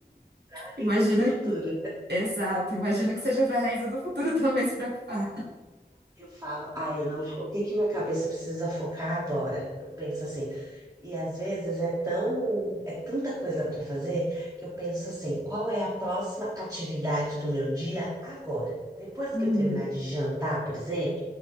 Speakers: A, on the right (about 15°); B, on the right (about 75°).
A: Agnes
B: Imagina,
A: do futuro.
B: exato, imagina que seja pra Raíssa do futuro <laughs> também se preocupar.
A: Eu falo, ah, eu não, o que que minha cabeça precisa focar agora? Eu penso assim. E às vezes é tão, é tanta coisa para fazer que eu penso assim, qual é a próxima atividade do meu dia agora? Depois
B: Uhum,
A: que eu terminar de jantar, por exemplo,